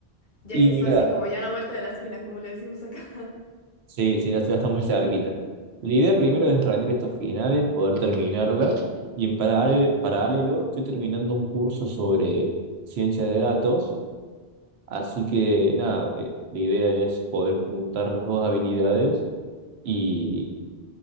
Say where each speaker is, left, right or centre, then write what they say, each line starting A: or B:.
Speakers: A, on the left (about 50°); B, on the right (about 80°).
A: Ya
B: Y
A: que está
B: mira,
A: así como ya a la vuelta de la esquina, como le decimos acá.
B: Sí, sí, ya, ya está muy cerquita. La idea primero es rendir estos finales, poder terminarla. Y en paral- paralelo, estoy terminando un curso sobre ciencia de datos. Así que nada, eh, la idea es poder juntar las dos habilidades. Y,